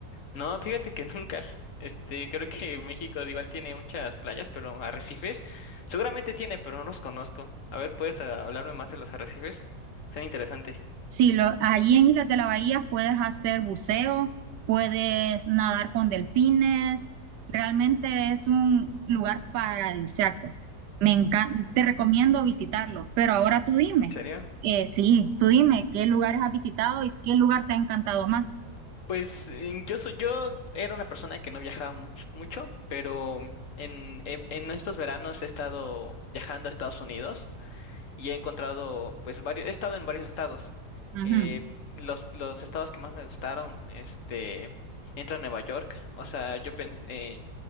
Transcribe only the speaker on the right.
Sí, lo, allí en Islas de la Bahía puedes hacer buceo, puedes nadar con delfines. Realmente es un lugar paradisíaco. Me encanta, te recomiendo visitarlo. Pero ahora tú dime,
eh, sí, tú dime qué lugares has visitado y qué lugar te ha encantado más.
Ujú,